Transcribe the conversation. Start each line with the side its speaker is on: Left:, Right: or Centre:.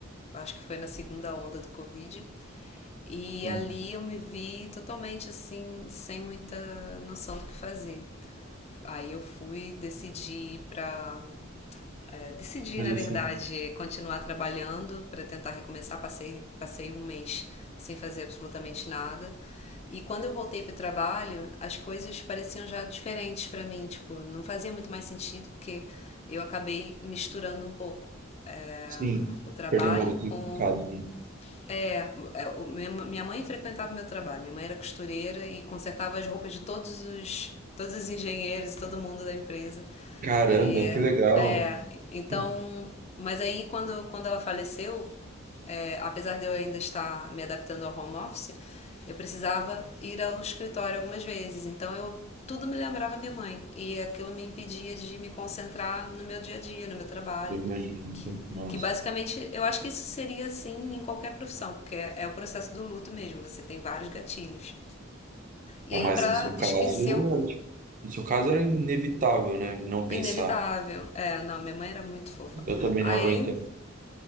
Left: na, acho que foi na segunda onda do Covid. E
Right: Sim.
Left: ali eu me vi totalmente assim, sem muita noção do que fazer. Aí eu fui, decidi ir para é, decidi,
Right: Mas
Left: na
Right: assim,
Left: verdade, continuar trabalhando para tentar recomeçar. Passei, passei um mês sem fazer absolutamente nada. E quando eu voltei para o trabalho, as coisas pareciam já diferentes para mim. Tipo, não fazia muito mais sentido porque eu acabei misturando um pouco é,
Right: sim,
Left: o trabalho
Right: perdeu um pouco de significado,
Left: com
Right: né?
Left: é, é, minha mãe frequentava o meu trabalho. Minha mãe era costureira e consertava as roupas de todos os, todos os engenheiros e todo mundo da empresa.
Right: Caramba,
Left: E
Right: que legal.
Left: é, então,
Right: Eu
Left: mas aí quando, quando ela faleceu, é, apesar de eu ainda estar me adaptando ao home office, eu precisava ir ao escritório algumas vezes. Então eu tudo me lembrava minha mãe e aquilo me impedia de me concentrar no meu dia a dia, no meu trabalho
Right: imagino. Nossa.
Left: que basicamente, eu acho que isso seria assim em qualquer profissão, porque é, é o processo do luto mesmo, você tem vários gatilhos. E
Right: Não,
Left: aí,
Right: mas
Left: pra
Right: no seu caso,
Left: esquecer o
Right: era, tipo, no seu caso era inevitável, né? Não pensar.
Left: inevitável. É, não, minha mãe era muito fofa.
Right: Eu também
Left: Aí
Right: não aguento.